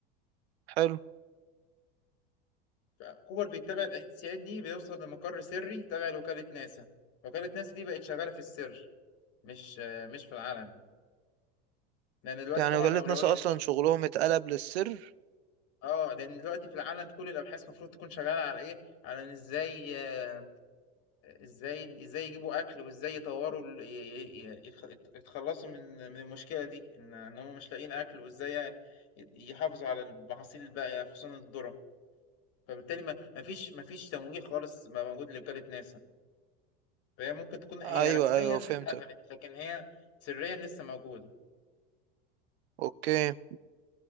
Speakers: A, on the right; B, on the left.
A: حلو
B: فكوبر بيتبع الاحتساءات دي بيوصل لمقر سري تبع لوكالة ناسا وكالة ناسا دي بقت شغالة في السر مش آه، مش في العلن لأن دلوقتي
A: يعني
B: طبعا
A: وكالة
B: الأولوية
A: ناسا
B: لمين؟
A: أصلا شغلهم اتقلب للسر
B: اه لأن دلوقتي في العلن كل الأبحاث المفروض تكون شغالة على إيه؟ على إن إزاي آه، إزاي إزاي يجيبوا أكل وإزاي يطوروا ال- ي- ي- يخ- يتخلصوا من من المشكلة دي إن إن هم مش لاقيين أكل وإزاي ي- يحافظوا على المحاصيل الباقية خصوصا الذرة فبالتالي ما ما فيش ما فيش تمويل خالص بقى موجود لوكالة ناسا فهي ممكن تكون هي
A: أيوة
B: رسميا
A: أيوة فهمتك
B: اتقفلت لكن هي سريا لسه موجودة
A: أوكي